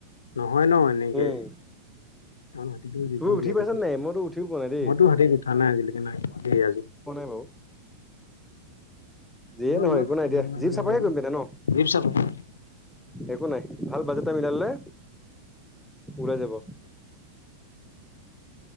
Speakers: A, on the left (about 70°); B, in the centre.
A: নহয় ন এনেকে
B: উম
A: হাতীটো জীৱ
B: তুমি উঠি
A: যিহেতু
B: পাইছা নাই মইতো উঠিও পোৱা নাই দেই
A: মইতো হাতীত উঠা নাই আজিলৈকে নাই আজি
B: <unintelligible> যিয়ে
A: এইবাৰ
B: নহয়
A: ওলাবা
B: একো নাই
A: কাজিৰঙা
B: এতিয়া জীপ
A: যোৱা
B: চাফাৰ
A: যদি
B: কৰিম তেতিয়া ন?
A: জীপ চাফাৰী
B: একো নাই। ভাল বাজেটা মিলালে, ওলাই যাব।